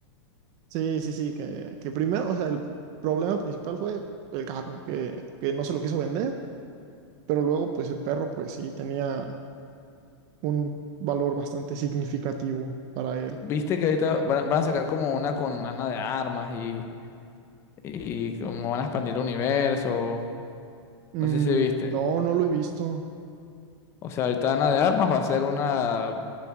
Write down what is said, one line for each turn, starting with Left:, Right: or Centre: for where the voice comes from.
Right: Sí, sí, sí, que, que primero, o sea, el problema principal fue el carro, que, que no se lo quiso vender, pero luego, pues el perro, pues sí, tenía un valor bastante significativo para él.
Left: Viste que ahorita van, van a sacar como una con Ana de Armas y y cómo van a expandir el universo. No
Right: Mm,
Left: sé si viste.
Right: no, no lo he visto.
Left: O sea, ahorita Ana de Armas va a ser una,